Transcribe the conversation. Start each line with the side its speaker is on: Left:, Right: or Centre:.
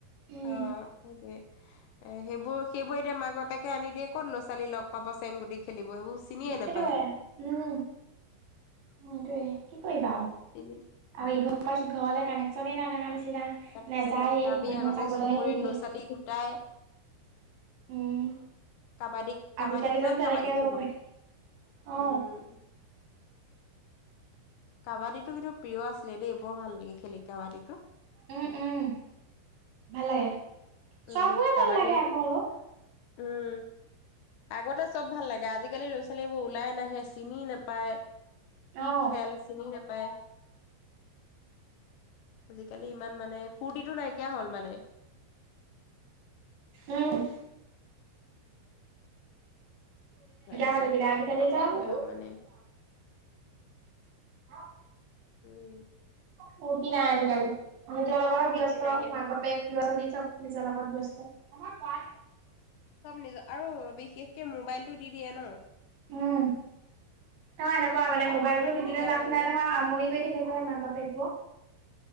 Right: উম
Left: অ সেইটোৱে এ সেইবোৰ সেইবোৰ এতিয়া মাক বাপ বাপেকে আনি দিয়ে ক'ত ল'ৰা ছোৱালী লগ পাব চেংগুট খেলিব এইবোৰ চিনিয়ে নাপায়
Right: সেইটোয়ে উম উ এইটোয়ে কি কৰিবা আৰু
Left: চিনি
Right: এই ঘৰ পাইচ ঘৰলে কানেকশ্যনে নাথকা নিচিনা
Left: কানেকচন
Right: নেযায়
Left: নাথাকে আমি
Right: মানুহে
Left: আগতে
Right: যাবলৈহে
Left: চুবুৰীত
Right: নিদিয়ে
Left: ল'ৰা ছোৱালী গোটাই
Right: উম
Left: কাবাডী কাবাডী
Right: আজিকালি
Left: কিমান
Right: জানো তেনেকে
Left: কাবাডী
Right: ল'ব
Left: খেলো
Right: পাৰি
Left: উম
Right: অ
Left: কাবাডীটো কিন্তু প্ৰিয় আছিলে দেই বৰ ভাল লাগে খেলি কাবাডীটো
Right: উম উম ভাল লাগে
Left: উম
Right: চব বোৰে
Left: কাবাডী
Right: ভাল লাগে আকৌ আৰু
Left: উম আগতে চব ভাল লাগে আজিকালি ল'ৰা ছোৱালীবোৰ ওলাই নাহে চিনি নাপায়। কি
Right: অ
Left: খেল চিনি নাপায়। আজিকালি ইমান মানে ফূৰ্তিটো নাইকিয়া হ'ল মানে <inaudible>
Right: উমহ
Left: তাৰপিছত
Right: হৈ থাকিলে আজিকালি
Left: তাকে
Right: আৰু
Left: মানে
Right: অ
Left: উম
Right: ফূটি নাই আজিকালি নিজ লগতে
Left: ফূৰ্তি
Right: বেস্ত
Left: নাইকিয়া
Right: মাক-বাপেক
Left: হ'ল
Right: ল'ৰা ছোৱালী চ'ব। নিজৰ লগত ব্যস্ত আমাৰ
Left: নিজ আৰু বিশেষকে মোবাইল টো দি দিয়ে ন
Right: উম নহ এনেকুৱা মানে মোবাইলটো নিদিলে
Left: দি দিয়াৰ
Right: লাভ
Left: লগে
Right: নাই
Left: লগে
Right: নহয় আমনি কৰি থাকে যে মাক বাপেকবোৰক